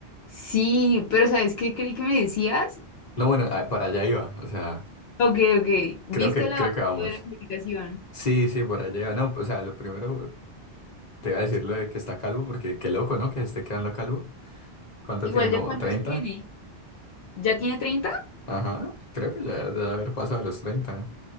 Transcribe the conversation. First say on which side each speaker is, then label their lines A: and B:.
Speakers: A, on the left; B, on the left.
A: sí, pero ¿sabes qué creí que me decías?
B: No, bueno, ah, para allá iba, o sea,
A: Ok, ok. ¿Viste
B: creo que,
A: la
B: creo
A: foto
B: que vamos.
A: de la publicación?
B: Sí, sí, por allá iba. No, o sea, lo primero te iba a decir lo de que está calvo, porque qué loco, ¿no? Que esté quedando calvo. ¿Cuánto
A: Igual,
B: tiene? ¿Como
A: ¿ya cuántos
B: treinta.
A: tiene? ¿Ya tiene treinta.
B: Ajá, creo que ya debe haber pasado a los 30.